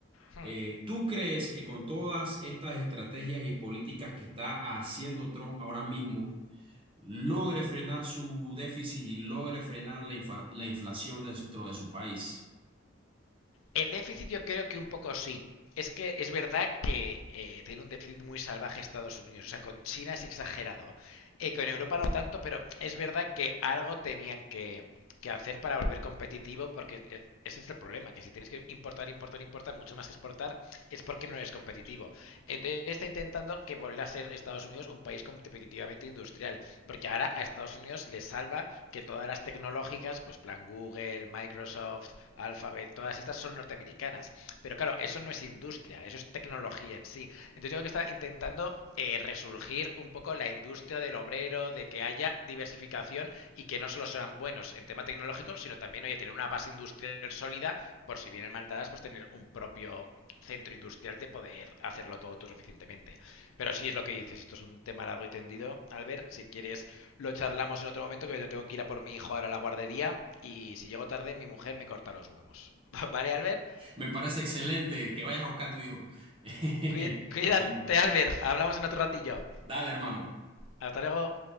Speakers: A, on the left (about 85°); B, on the right (about 25°).
A: Hmm.
B: Eh, ¿tú crees que con todas estas estrategias y políticas que está haciendo Trump ahora mismo, logre frenar su déficit y logre frenar la, infa- la inflación dentro de su país?
A: El déficit yo creo que un poco sí. Es que es verdad que eh, tiene un déficit muy salvaje Estados Unidos. O sea, con China es exagerado. Eh, con Europa no tanto, pero es verdad que algo tenían que, que hacer para volver competitivo, porque eh, ese es el problema, que si tienes que importar, importar, importar mucho más que exportar, es porque no eres competitivo. Entonces está intentando que vuelva a ser Estados Unidos un país competitivamente industrial, porque ahora a Estados Unidos le salva que todas las tecnológicas, pues plan Google, Microsoft, Alphabet, todas estas son norteamericanas. Pero claro, eso no es industria, eso es tecnología en sí. Entonces yo creo está intentando eh, resurgir un poco la industria del obrero, de que haya diversificación y que no solo sean buenos en tema tecnológico, sino también, oye, tener una base industrial sólida, por si vienen maldadas, pues tener un propio centro industrial de poder hacerlo todo tú suficientemente. Pero sí es lo que dices, esto es un tema largo y tendido. Albert, si quieres lo charlamos en otro momento, que yo tengo que ir a por mi hijo ahora a la guardería y si llego tarde mi mujer me corta los huevos. <laughs> ¿Vale, Albert?
B: Me parece excelente que vayas a buscar a tu hijo. <laughs>
A: Cuídate,
B: Así que,
A: Albert. Hablamos en otro ratillo.
B: dale, hermano.
A: Hasta luego.